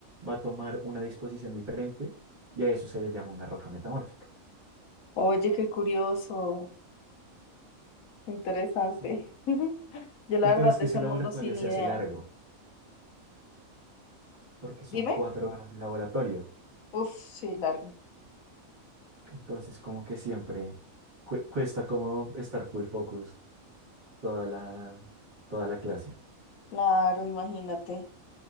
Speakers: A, on the right (about 30°); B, on the left (about 80°).
A: va a tomar una disposición diferente y a eso se le llama una roca metamórfica.
B: Oye, qué curioso, qué interesante.
A: Sí.
B: <laughs> Yo la
A: El tema
B: verdad
A: es que
B: de ese
A: ese laboratorio
B: mundo sin
A: se
B: idea.
A: hace largo, porque son
B: Dime.
A: cuatro horas de laboratorio.
B: Uf, sí, largo.
A: Entonces, como que siempre cu- cuesta como estar full focus toda la, toda la clase.
B: Claro, imagínate.